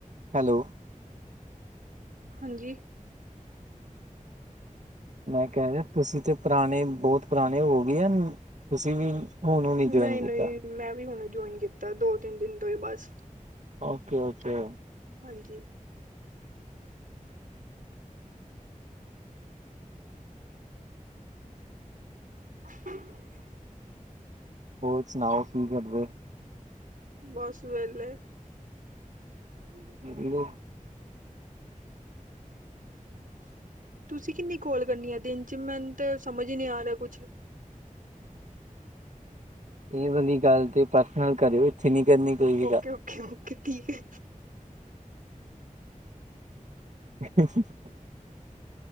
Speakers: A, on the right; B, on the right.
A: ਹੈਲੋ।
B: ਹਾਂਜੀ।
A: ਮੈਂ ਕਹਿ ਰਿਆ ਤੁਸੀਂ ਤੇ ਪੁਰਾਣੇ ਬੌਤ ਪੁਰਾਣੇ ਹੋ ਗਏ ਆ ਤੁਸੀਂ ਵੀ ਹੁਣ ਹੁਣੀ ਜੁਆਇਨ
B: ਨਹੀਂ ਨਹੀਂ,
A: ਕੀਤਾ
B: ਮੈਂ ਵੀ ਹੁਣ ਜੌਇਨ ਕੀਤਾ ਦੋ ਤਿੰਨ ਦਿਨ ਤੋਂ ਹੀ ਬਸ।
A: Okay okay.
B: ਹਾਂਜੀ। <inaudible>
A: ਹੋਰ ਸੁਣਾਓ? ਕੀ ਕਰਦੇ?
B: ਬੱਸ ਵੇਲੇ। <inaudible>
A: <unintelligible>
B: <inaudible> ਤੁਸੀਂ ਕਿੰਨੀ ਕੋਲ ਕਰਨੀ ਐ ਦਿਨ ਚ? ਮੇਨ ਤੇ ਸਮਝ ਈ ਨੀ ਆ ਰਿਆ ਕੁਛ?
A: ਏਹ ਵਾਲੀ ਗੱਲ ਤੇ ਪਰਸਨਲ ਕਰੇਓ, ਏਥੇ ਨੀ ਕਰਨੀ। ਕੋਈ ਵੀ
B: ਓਕੇ-ਓਕੇ-ਓਕੇ,
A: ਗੱਲ
B: ਠੀਕ ਹੈ।
A: <inaudible>